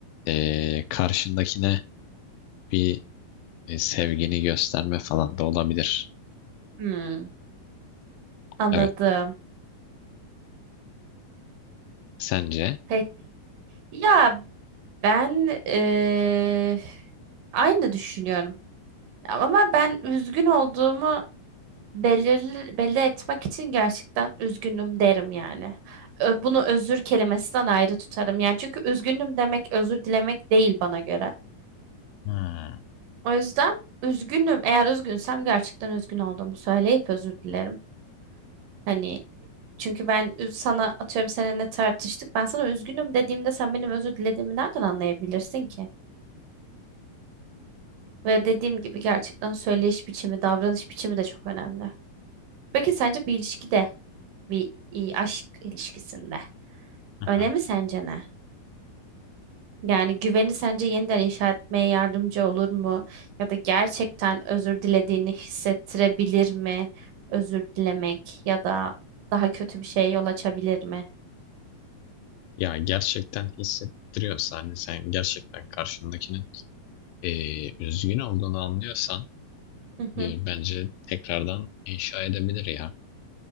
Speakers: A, on the left; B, on the right.
A: e, karşındakine bir e, sevgini gösterme falan da olabilir.
B: Hmm, anladım.
A: Evet. Sence?
B: Peki ya ben eee, aynı düşünüyorum. Ama ben üzgün olduğumu belirli, belli etmek için gerçekten üzgünüm derim yani. Ö- Bunu özür kelimesinden ayrı tutarım. Yani çünkü üzgünüm demek özür dilemek değil bana göre.
A: Hmm, hı
B: O yüzden üzgünüm. Eğer üzgünsem gerçekten üzgün olduğumu söyleyip özür dilerim. Hani çünkü ben üz- sana atıyorum seninle tartıştık. Ben sana üzgünüm dediğimde sen benim özür dilediğimi nereden anlayabilirsin ki? Ve dediğim gibi gerçekten söyleyiş biçimi, davranış biçimi de çok önemli. Peki sence bir ilişkide, bir i- aşk ilişkisinde
A: hı.
B: önemi sence ne? Yani güveni sence yeniden inşa etmeye yardımcı olur mu? Ya da gerçekten özür dilediğini hissettirebilir mi? Özür dilemek ya da daha kötü bir şeye yol açabilir mi?
A: Ya gerçekten hissettiriyorsa hani sen gerçekten karşındakinin e, üzgün olduğunu anlıyorsan
B: Hı hı.
A: e, bence tekrardan inşa edebilir ya.